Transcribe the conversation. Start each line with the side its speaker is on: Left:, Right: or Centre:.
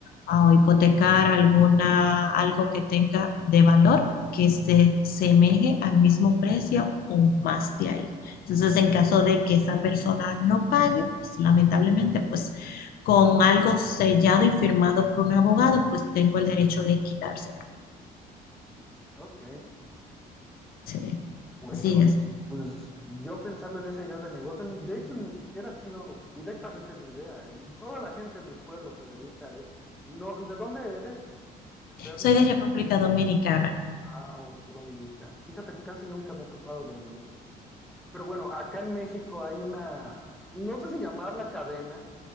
Left: ah, o hipotecar alguna, algo que tenga de valor que se semeje al mismo precio o más de ahí. Entonces, en caso de que esa persona no pague, pues lamentablemente, pues con algo sellado y firmado por un abogado, pues tengo el derecho de quitárselo.
Centre: Ok.
Left: Sí,
Centre: Bueno,
Left: así es.
Centre: pues yo pensando en esa idea de negocio, ni- de hecho ni siquiera ha sido directamente mi idea. Em, Toda la gente en mi pueblo se dedica a eso. No, ¿de dónde eres, Sterling?
Left: Soy de República Dominicana.
Centre: Ah, otra dominica. Fíjate, casi nunca me he topado dominicos. Pero bueno, acá en México hay una, no sé si llamarla cadena